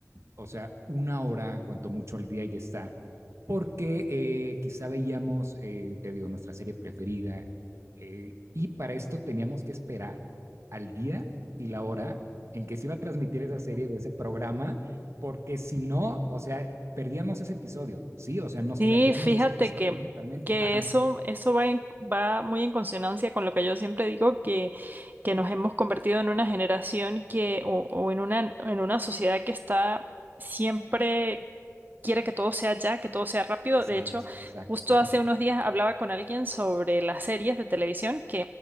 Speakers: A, on the right; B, on the right.
A: o sea, una hora, cuanto mucho al día y ya está, porque eh, quizá veíamos, eh, te digo, nuestra serie preferida, eh, y para esto teníamos que esperar al día y la hora en que se iba a transmitir esa serie o ese programa, porque si no, o sea, perdíamos ese episodio, ¿sí? O sea, nos
B: Sí,
A: perdíamos
B: fíjate
A: de ese episodio
B: que,
A: totalmente.
B: que
A: Ajá,
B: eso, eso va, en- va muy en consonancia con lo que yo siempre digo, que, que nos hemos convertido en una generación que, o, o en una, en una sociedad que está siempre quiere que todo sea ya, que todo sea rápido.
A: exacto,
B: De hecho,
A: exacto,
B: justo
A: ajá,
B: hace unos días hablaba con alguien sobre las series de televisión